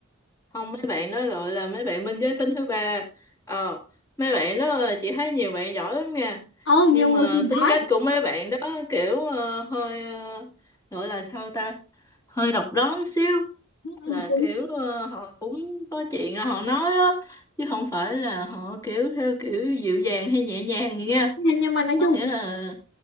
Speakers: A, on the left; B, on the left.
A: không mấy bạn đó gọi là mấy bạn bên giới tính thứ ba ờ mấy bạn đó ờ, chị thấy nhiều bạn giỏi lắm nha
B: ờ nhiều
A: nhưng
B: người
A: mà
B: cùng
A: tính
B: giỏi
A: cách của mấy bạn đó kiểu ờ, hơi ờ, gọi là sao ta hơi độc đoán xíu
B: Ừ,
A: là
B: cũng
A: kiểu ờ, họ cũng có chuyện rồi họ nói á chứ không phải là họ kiểu theo kiểu dịu dàng hay nhẹ nhàng gì nha
B: nhưng, nhưng mà nói
A: có
B: chung
A: nghĩa là